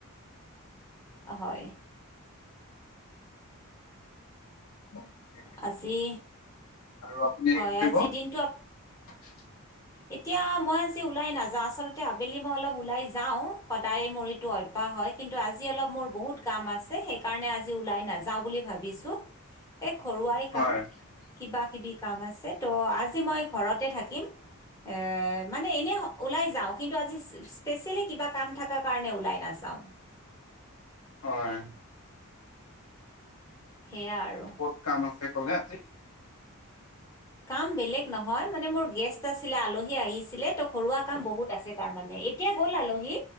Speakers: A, on the left (about 15°); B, on the left (about 75°).
A: হয়।
B: <inaudible>
A: আজি,
B: আৰু আপুনি এতিয়া
A: হয়,
B: কি কৰিব
A: আজি দিনটো
B: <inaudible>
A: এতিয়া মই আজি ওলাই নাযাওঁ, আচলতে আবেলি মই অলপ ওলাই যাওঁ, সদায় মৰি টো অভ্যাস হয়, কিন্তু আজি মোৰ বহুত কাম আছে সেই কাৰণে আজি ওলাই নাযাওঁ বুলি ভাবিছো।
B: <inaudible>
A: এই ঘৰুৱাই
B: হয়
A: কাম, কিবা কিবি কাম আছে, ত' আজি মই ঘৰতে থাকিম। এ মানে এনেই ওলাই যাওঁ, কিন্তু আজি স্পেচিয়েলি কিবা কাম থকা কাৰণে ওলাই নাযাওঁ।
B: হয়।
A: সেয়া আৰু
B: ক'ত কাম আছে ক'লে আজি?
A: কাম বেলেগ নহয়, মানে মোৰ গেষ্ট আছিলে আলহী আহিছিলে ত' ঘৰুৱা কাম বহুত আছে তাৰমানে, এতিয়া গ'ল আলহী।